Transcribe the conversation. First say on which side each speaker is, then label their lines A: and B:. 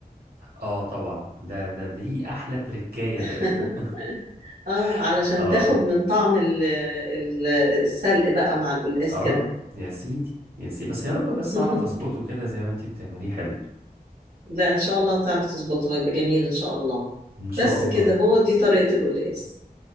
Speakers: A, on the right; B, on the right.
A: اه طبعا ده ده دي احلى تركايه
B: <laughs>
A: بقى دي
B: اه
A: <laughs>
B: علشان
A: اه
B: تاخد من طعم ال- ال- السلق بقى مع القلقاس
A: اه
B: كده
A: يا سيدي يا سيدي بس يا رب بس
B: <laughs>
A: اعرف اظبطه كده زي ما انتي بتعمليه حلو
B: لا ان شاء الله تعرف تظبطها يبقى جميل ان شاء الله
A: ان شاء
B: بس
A: الله
B: كده هو دي طريقة القلقاس